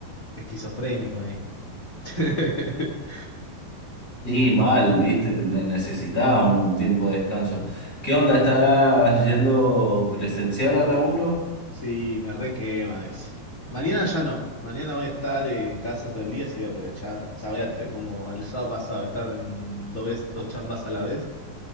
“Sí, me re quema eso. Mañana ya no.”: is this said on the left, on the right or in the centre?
Left